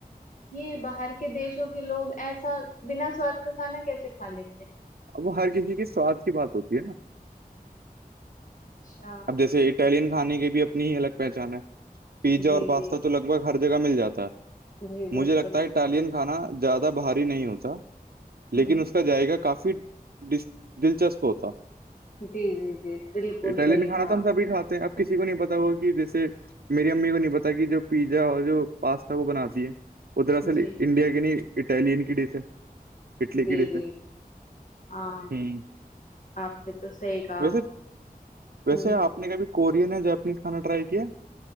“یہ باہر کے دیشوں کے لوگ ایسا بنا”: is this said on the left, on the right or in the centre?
Left